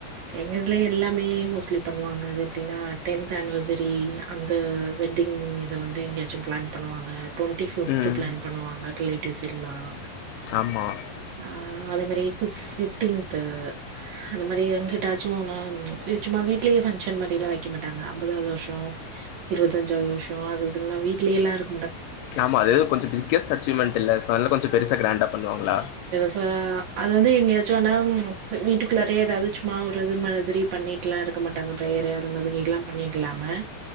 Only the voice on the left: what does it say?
ம்
ஆமா
ஆமா அது கொஞ்சா பிக்கஸ்ட் அச்சீவ்மெண்ட்ல சோ அது நால கொஞ்ஜோ பெருசா கிராண்டா பண்ணுவாங்களா